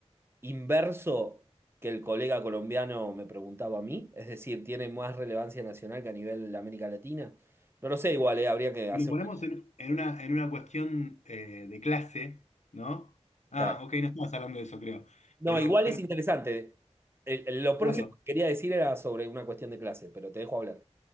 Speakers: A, on the right (about 20°); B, on the left (about 80°).
A: inverso que el colega colombiano me preguntaba a mí, es decir, tiene más relevancia nacional que a nivel de América Latina. No lo sé, igual, eh, habría que hacer
B: Y lo ponemos
A: una
B: en, en una, en una cuestión eh, de clase, ¿no?
A: escala.
B: Ah, ok, no estabas hablando de eso, creo.
A: No,
B: Pero,
A: igual
B: pero
A: es interesante. El- el- lo próximo
B: claro,
A: que quería decir era sobre una cuestión de clase, pero te dejo hablar.